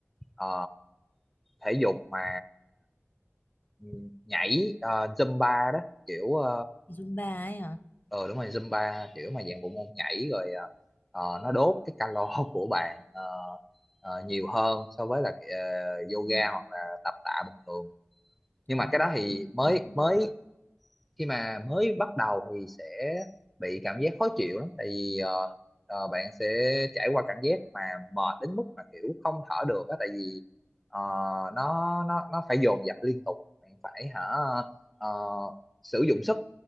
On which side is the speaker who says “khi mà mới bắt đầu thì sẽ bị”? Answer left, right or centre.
Centre